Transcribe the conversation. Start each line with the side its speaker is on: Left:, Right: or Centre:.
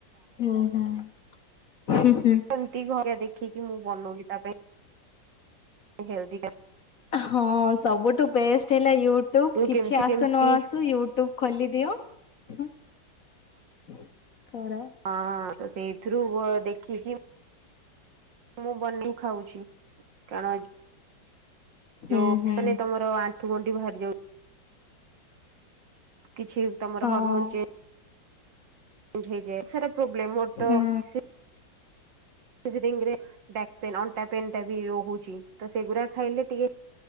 Left: ଉଁ ହୁଁ।
Right: ସେମତି ଘରଆ ଦେଖିକି ମୁଁ ବନଉିଚି ତା ପାଇଁ। ହେଲେଦି
Left: ହଁ ସବୁଠୁ ବେଷ୍ଟ ହେଲା ୟୁଟ୍ୟୁବ
Right: ପେଟରୁ
Left: କିଛି
Right: କେମିତି
Left: ଆସୁନ
Right: କେମିତି
Left: ଆସୁ ୟୁଟ୍ୟୁବ ଖୋଲିଦିଅ କର।
Right: ହଁ ତ ସେଇଥିରୁ ବ ଦେଖିକି ମୁଁ ବନେଇ ଖାଉଛି କାରଣ
Left: ହୁଁ
Right: ଯୋଉ
Left: ହୁଁ
Right: ମାନେ ତମର ଆଣ୍ଠୁ ଗଣ୍ଠି ବାହାରି ଯାଉ କିଛି ତମର
Left: ହଁ
Right: ହରମନ ଚେଞ୍ଜ ହେଇଯାଏ ସେଟା ପ୍ରୋବ୍ଲେମ ମୋର ତ
Left: ହୁଁ
Right: ସେ ସିଜିରିଙ୍ଗ ବ୍ୟାକ ପେନ୍ ଅଣ୍ଟା ପେନ୍ ଟା ବି ରହୁଚି ତ ସେଗୁଡା ଖାଇଲେ ଟିକେ